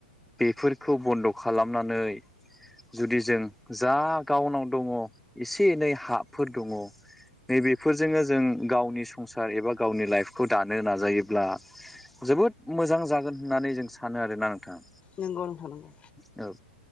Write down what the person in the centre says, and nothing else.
बेफोरखौ बन्द' खालामनानै जुदि जों जा गावनाव दङ एसे एनै हाफोर दङ नै बेफोरजोंनो जों गावनि संसार एबा गावनि लाइफखौ दानो नाजायोब्ला जोबोद मोजां जागोन होननानै जों सानो आरोना नोंथां
औ।